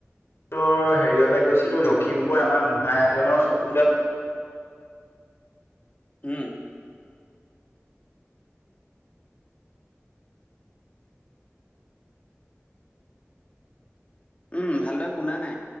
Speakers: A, on the left; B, on the left.
A: তোৰ হেৰিয়লে গৈছিলো, লখিমপুৰ আমাৰ মহা এজনৰ চকুত
B: উমঁ। উমঁ, ভালদৰে শুনা নাই?